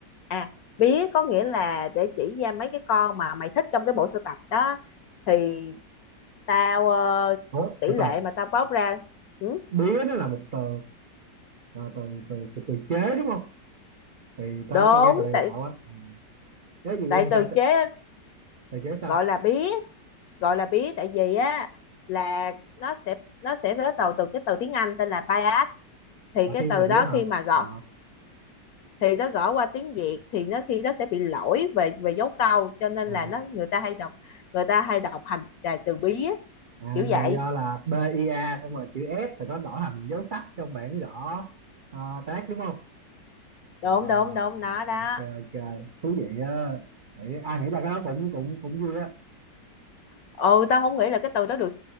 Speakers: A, on the left (about 65°); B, on the right (about 85°).
A: à bía có nghĩa là để chỉ ra mấy cái con mà mày thích trong cái bộ sưu tập đó thì tao ờ,
B: Ủa,
A: tỷ
B: từ
A: lệ
B: từ
A: mà tao bóc ra ừ,
B: bía nó là một từ là từ từ từ, từ chế đúng không thì tao
A: đúng
B: tao nghe từ đây
A: tại
B: lạ quá Ờ. nếu vậy,
A: tại
B: vậy thì
A: từ
B: tại sao
A: chế
B: từ chế sao
A: gọi là bía gọi là bí tại vì á là nó sẽ nó sẽ bắt đầu từ cái từ tiếng Anh tên là bias thì
B: là
A: cái
B: thiên
A: từ
B: vị
A: đó
B: á
A: khi
B: hả
A: mà gõ
B: à,
A: thì nó gõ qua tiếng Việt thì nó khi nó sẽ bị lỗi về về dấu câu cho nên
B: à,
A: là nó người ta hay đọc người ta hay đọc thành là từ bí á,
B: à,
A: kiểu
B: là
A: vậy
B: do là B I A xong rồi chữ S thì nó đổi thành dấu sắc trong bảng gõ à, tác đúng không Ờ,
A: đúng đúng đúng
B: ờ,
A: nó đó
B: ok ok thú vị á Nghĩ- ai nghĩ ra cái đó cũng cũng cũng vui á
A: ừ tao không nghĩ là cái từ đó được